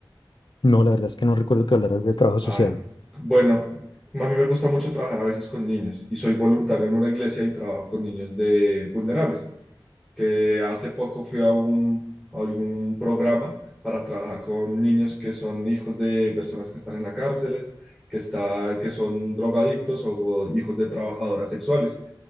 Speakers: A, on the left; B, in the centre.
A: No, la verdad es que no recuerdo que hablaras de trabajo social.
B: Ay, bueno, a mí me gusta mucho trabajar a veces con niños y soy voluntario en una iglesia y trabajo con niños de vulnerables, que hace poco fui a un, a algún programa para trabajar con niños que son hijos de personas que están en la cárcel, que, está, que son drogadictos o, o hijos de trabajadoras sexuales.